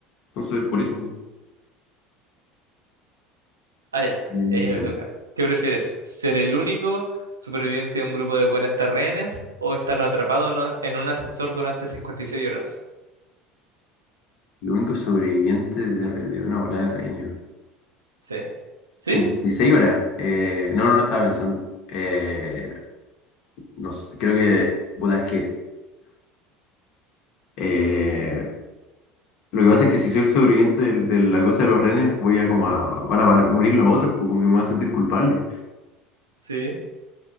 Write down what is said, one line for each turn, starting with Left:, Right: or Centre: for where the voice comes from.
Left: Entonces, por eso.
Right: Ah, ya.
Left: Mm.
Right: Eh, me toca. ¿Qué prefieres? ¿Ser el único superviviente de un grupo de 40 rehenes o estar atrapado en un en un ascensor durante 56 horas?
Left: Lo único sobreviviente de, re- de una hora de reino.
Right: Sí. ¿Sí?
Left: 56 horas. Eh, no, no, no estaba pensando. Eh, no sé, creo que, puta, es que eh, lo que pasa es que si soy el sobreviviente del- de, la cosa de los renes, voy a como a, van a ma- morir los otros, pues como que me voy a sentir culpable.
Right: Sí,